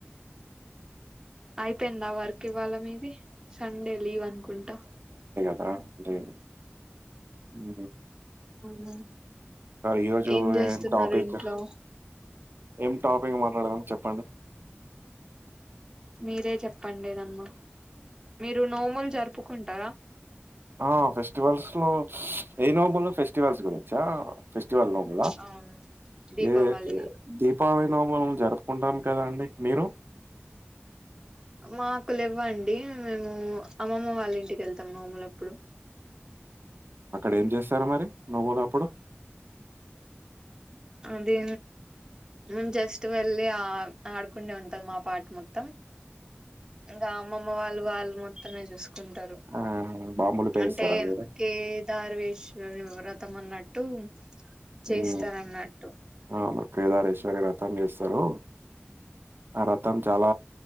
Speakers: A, on the right; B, on the right.
A: అయిపోయిందా వర్క్ ఇవాళ మీది డి సండే లీవ్ అనుకుంటా
B: ఆఫ్ డే ఉ హు
A: అవునా
B: ఈరోజు
A: ఏం చేస్తున్నారు
B: ఏ టాపిక్
A: ఇంట్లో
B: ఏం టాపింగ్ మాట్లాడదాం చెప్పండి
A: మీరే చెప్పండి ఏదన్న మీరు నోములు జరుపుకుంటారా
B: ఆ ఫెస్టివల్స్ లో ఏ నబల్లో ఫెస్టివల్స్ గురించా ఫస్ దీవాలి నోముల
A: అవును, దీపావళి
B: ఏ దీపావలి నోములు జరుపు కుంటాం కదా అండి మీరు
A: మాకు లెవ్వండి మేము అమ్మమ్మ వాళ్ళ ఇంటికి వెళ్తాం నోములప్పుడు
B: అక్కడ ఏం చేస్తారా మరి నోమోలప్పుడు
A: అదే మేము జస్ట్ వెళ్లి ఆ ఆడుకుడే ఉంటది మా పాట్ మొత్తం ఇంగా అమ్మమ్మ వాళ్ళు వాళ్ళు మొత్తమే చూసు కుంటారు
B: ఆహా! బాంబులు పేలుస్తారా
A: అంటే
B: మీరు?
A: కేదార్వేశ్ <unintelligible> వ్రతం అన్నట్టు
B: హ్మ్.
A: చేస్తారన్నట్టు
B: అవును <unintelligible> వ్రతం చేస్తారు ఆ రతం చాల